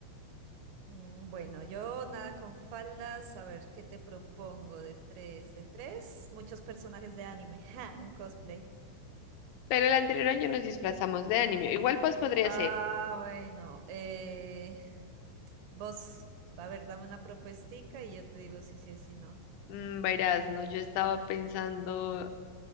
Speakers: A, on the right (about 75°); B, on the left (about 80°).
A: Mm, Bueno, yo nada con faldas. A ver, ¿qué te propongo? De tres, de tres, muchos personajes de anime. <laughs> Ja, un cosplay.
B: Pero el anterior año nos disfrazamos de anime. Igual pues podría
A: Ah,
B: ser.
A: bueno. Eh... Vos, a ver, dame una propuestica y yo te digo si sí o si no.
B: Mm, verás, no, yo estaba pensando